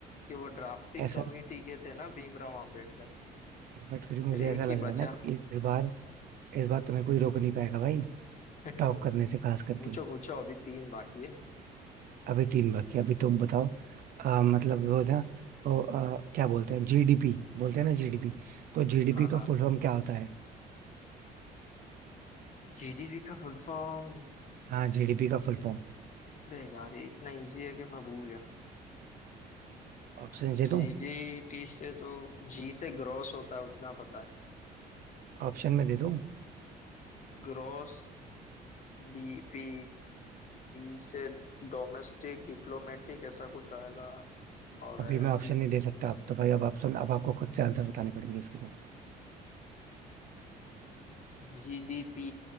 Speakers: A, on the left; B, on the right.
A: कि वो ड्राफ्टिंग
B: ऐसा
A: कमेटी के थे ना भीमराव आम्बेडकर
B: बट फिर
A: तो
B: भी मुझे
A: फिर एक
B: ऐसा लग
A: ही
B: रहा
A: बचा
B: है ना कि इस बार इस बार तुम्हें कोई रोक नहीं पाएगा भाई
A: <laughs>
B: टॉप करने से खास
A: पूछो
B: करके
A: पूछो अभी तीन बाकी है
B: अभी तीन बाकी अभी तुम बताओ अ, मतलब वो था ओ, अ, क्या बोलते हैं जीडीपी बोलते हैं ना जीडीपी तो जीडीपी
A: हाँ
B: का
A: हाँ
B: फुल फॉर्म क्या होता है
A: जीडीपी का फुल फॉर्म
B: हाँ जीडीपी का फुल फॉर्म
A: बे यार ये इतना इजी है कि मैं भूल गया
B: ऑप्शन दे
A: जीडीपी
B: दूं
A: से तो जी से ग्रॉस होता है उतना पता है
B: ऑप्शन में दे दूं
A: ग्रॉस डीपी डी से डोमेस्टिक डिप्लोमेटिक ऐसा कुछ आएगा और
B: अभी मैं ऑप्शन
A: पी
B: नहीं
A: से
B: दे सकता अब तो भाई अब ऑप्शन अब आपको खुद से आंसर बताने पड़ेंगे इसके तो
A: जीडीपी